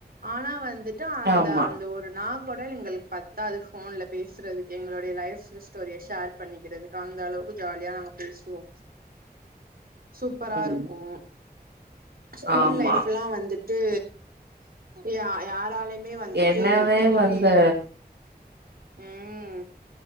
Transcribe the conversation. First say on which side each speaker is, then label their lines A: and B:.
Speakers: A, on the right; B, on the right.
A: ஆனா வந்துட் அந்த
B: ஆமா
A: அந்த ஒரு நா கொட எங்களுக்கு பத்தாது ஃபோன்ல பேசுறதுக்கு எங்களுடைய லைஃப் ஸ்டோரிய ஷேர் பண்ணிக்கிறது அந்த அளவுக்கு ஜாலியா நாங்க பேசுவோ சூப்பரா
B: ம்
A: இருக்கு ஸ்கூல்
B: ஆமா
A: லைஃப்ல்லா வந்துட்டு யா யாராலயுமே வந்துட்டு
B: என்னதே
A: திரும்பி
B: வந்து
A: ம்